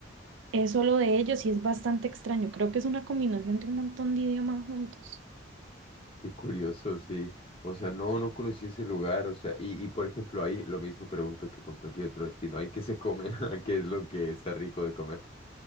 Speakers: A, on the right (about 80°); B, on the left (about 30°).
A: es solo de ellos y es bastante extraño. Creo que es una combinación de un montón de idiomas juntos.
B: qué curioso, sí. O sea, no, no conocí ese lugar. O sea, y, y por ejemplo, ahí lo mismo pregunto que con cualquier otro destino. ¿Ahí qué se come? <laughs> ¿Qué es lo que está rico de comer?